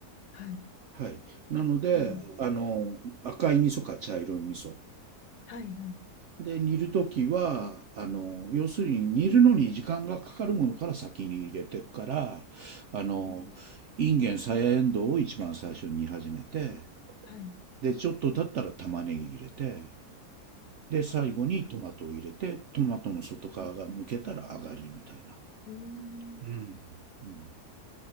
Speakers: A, on the left (about 80°); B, on the right (about 65°).
A: はい。
B: はい。なので、
A: うん。
B: あの、赤い味噌か茶色い味噌。
A: はい、はい。
B: で、煮るときは、あの、要するに煮るのに時間がかかるものから先に入れてから、あの、
A: うん。
B: インゲン、さやえんどうを一番最初に煮始めて、
A: はい、
B: で、ちょっと経ったら玉ねぎ入れて、で、最後にトマトを入れて、
A: はい。
B: トマトの外側が剥けたら上がりみたいな。
A: うーん。
B: うん。うん、